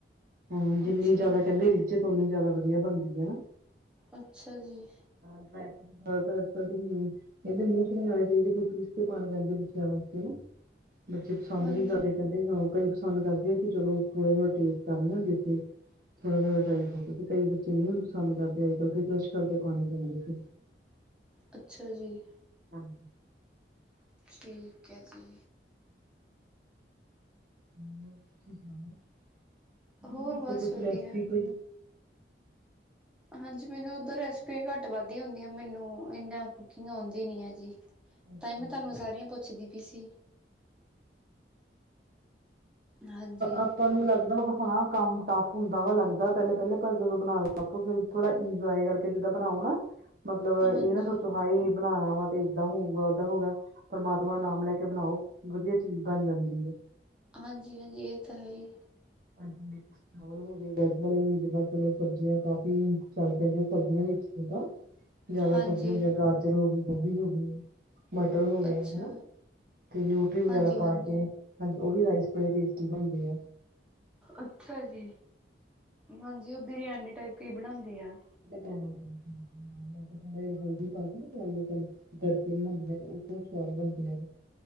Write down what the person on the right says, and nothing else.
ਹਾਂ ਜਿੰਨੀ
ਜ਼ਿਆਦਾ
ਕਹਿੰਦੇ ਰਿਚਤ ਉਨੀ ਜ਼ਿਆਦਾ ਵਧੀਆ ਬਣਦੀ ਹੈ ਨਾ।
ਹਾਂ ਵੈਸੇ ਅੱਜ ਕੱਲ ਦੀ ਨਹੀਂ। ਕਹਿੰਦੇ ਮੂੰਹ ਨਹੀਂ ਆਉਣੇ ਚਾਹੀਦੇ ਕੋਈ ਪੀਸ ਕੇ ਪਾਉਣੇ ਪੈਂਦੇ ਬੱਚਿਆਂ ਵਾਸਤੇ ਹਨਾ। ਬੱਚੇ ਪਸੰਦ
ਨਹੀਂ ਕਰਦੇ ਕਹਿੰਦੇ ਕਈ ਪਸੰਦ ਕਰਦੇ ਕਿ ਚਲੋ ਥੋੜਾ ਥੋੜਾ ਟੇਸਟ ਕਰ ਲਇਆ ਇੱਥੇ। ਥੋੜਾ ਥੋੜ੍ਹਾ ਡਾਈ ਫਰੂਟ ਤੇ ਕਈ ਬੱਚੇ ਨਹੀਂ ਵੀ ਪਸੰਦ ਕਰਦੇ ਅੱਜ ਕੱਲ ਕਰੈਸ਼ ਕਰਕੇ ਪਾਉਣੇ ਪੈਂਦੇ ਫੇਰ।
ਹਾਂਜੀ।
ਤੁਸੀਂ ਸੁਣਾਓ ਤੁਸੀਂ
ਵੀ ਦੱਸੋ
ਕੁਛ
ਰੈਸਪੀ ਕੋਈ।
ਅੱਛਾ
ਜੀ।
ਆਪਾਂ ਨੂੰ ਲੱਗਦਾ ਵੀ ਹਾਂ। ਕੰਮ ਟੱਫ ਹੁੰਦਾ ਵਾ ਲੱਗਦਾ ਪਹਿਲੇ ਪਹਿਲੇ ਪਰ ਜਦੋਂ ਬਣਾ ਲਾ ਫਿਰ ਥੋੜਾ ਇੰਜੋਏ ਕਰਕੇ ਜਿੱਦਾਂ ਬਣਾਓ ਨਾ। ਮਤਲਬ ਇਹ
ਨਾ ਸੋਚੋ ਹਾਏ ਬਣਾਉਣਾ ਵਾ ਤੇ ਏਦਾਂ ਹੋਊਗਾ ਓਦਾਂ ਹੋਊਗਾ ਪਰਮਾਤਮਾ ਦਾ ਨਾਮ ਲੈ ਕੇ ਬਣਾਓ ਵਧੀਆ ਚੀਜ਼ ਬਣ ਜਾਂਦੀ ਹੈ
ਹਾਂਜੀ ਚਾਵਲ ਹੋ ਗਏ ਵੈਜ ਵਾਲੇ ਹੋ ਜਾਂ ਤਾਂ ਚਲੋ ਸਬਜ਼ੀਆਂ ਕਾਫੀ ਚੱਲ ਪੈਂਦੀਆਂ ਸਬਜ਼ੀਆਂ ਤਾਂ। ਜ਼ਿਆਦਾ
ਸਬਜ਼ੀਆਂ ਹੁੰਦੀਆਂ ਗਾਜਰ ਹੋ ਗਈ, ਗੋਭੀ ਹੋ ਗਈ। ਮਟਰ ਹੋ ਗਿਆ
ਹਨਾ ਤੇ ਨਿਊਟਰੀ ਵਗੈਰਾ
ਪਾ
ਕੇ। ਹਾਂਜੀ ਉਹ ਵੀ ਰਾਈਸ ਬੜੇ ਟੇਸਟੀ ਬਣਦੇ ਆ।
ਬਿਰਿਆਨੀ ਟਾਈਪ ਹਾਂਜੀ ਵਿੱਚ ਥੋੜਾ ਜਾ ਹਲਦੀ ਪਾ ਕੇ ਨਾ ਜੈਲੋ। ਤੜਕੇ ਬਣਾਉਦੀਆਂ ਉਹ ਬਹੁਤ ਸਵਾਦ ਬਣਦੀਆਂ